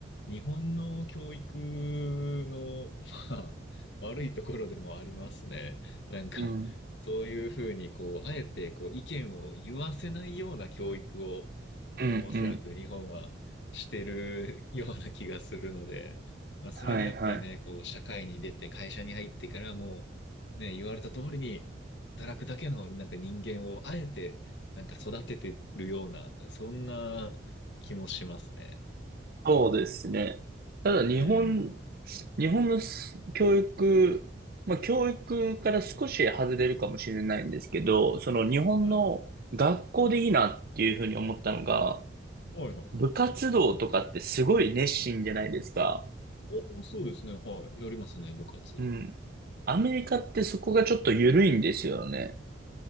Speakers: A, on the left; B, on the right.
A: 日本の教育の、<laughs> まあ、悪いところでもありますね。なんか、
B: うん。
A: そういうふうに、こう、あえて、こう、意見を言わせないような教育を、
B: うんうん。
A: あのおそらく日本はしてるような気がするので、まあ、それがやっぱりね、
B: はいはい。
A: こう、社会に出て、会社に入ってからもう、ね、言われた通りに、働くだけの、なんか人間を、あえて、なんか育ててるような、そんな、気もしますね。
B: そうですね。ただ日本、
A: うん。
B: 日本のす教育、まあ教育から少し外れるかもしれないんですけど、その日本の学校でいいなっていうふうに思ったのが、
A: はい。はいはいはい。
B: 部活動とかってすごい熱心じゃないですか。
A: お、そうですね。はい。やりますね、部活。
B: うん。アメリカってそこがちょっと緩いんですよね。